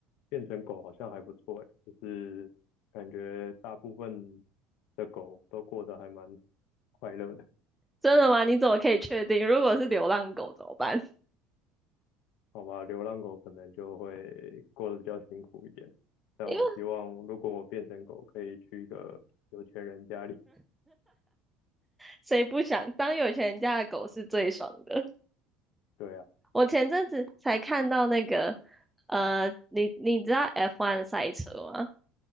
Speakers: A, on the left; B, in the centre.
A: 变成狗好像还不错欸就是感觉大部分的狗都过得还蛮快乐的，
B: 真的吗？你怎么可以确定？如果是流浪狗怎么办？<laughs>
A: 好吧？流浪狗可能就会过得比较辛苦一点，但我希望如果我变成狗，
B: 因为
A: 可以去一个有钱人家里。
B: 谁不想当有钱人家的狗是最爽的。
A: 对啊，
B: 我前阵子才看到那个，呃，你你知道 F1 赛车吗？